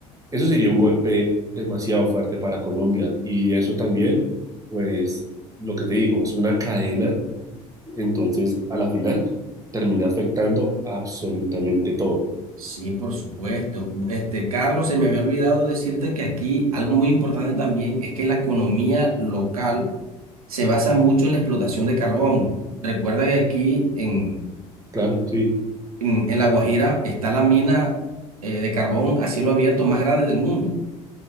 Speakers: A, on the right; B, on the right.
A: Eso sería un golpe demasiado fuerte para Colombia y eso también, pues lo que te digo, es una cadena, entonces a la final termina afectando absolutamente todo.
B: Sí, por supuesto. Este, Carlos, se me había olvidado decirte que aquí algo muy importante también es que la economía local se basa mucho en la explotación de carbón. Recuerda que aquí en,
A: Claro, sí.
B: en, en La Guajira está la mina eh, de carbón a cielo abierto más grande del mundo.